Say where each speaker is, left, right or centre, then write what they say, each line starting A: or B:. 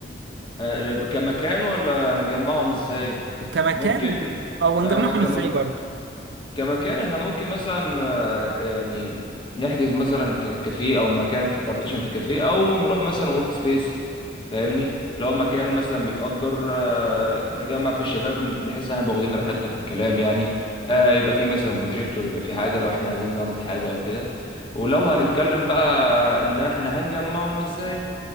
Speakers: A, on the left; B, on the right.
A: آه، كمكان ولا نجمعهم ازاي
B: كمكان
A: ممكن
B: او
A: آه
B: نجمعهم
A: كمكان
B: ازاي برضه
A: كمكان احنا ممكن مثلا آه، يعني نحجز مثلا ك- كافيه او مكان في بارتيشن في كافيه او نروح مثلا ورك سبيس فاهمني لو مكان مثلا بيتأجر آه، نجمع فيه الشباب بحيث ان احنا نبقى واخدين راحتنا في الكلام يعني آه، يبقى فيه مثلا بروجيكتور يبقى فيه حاجة لو احنا عايزين نعرض حاجة او كده ولو هنتكلم بقى ان احنا هنجمعهم ازاي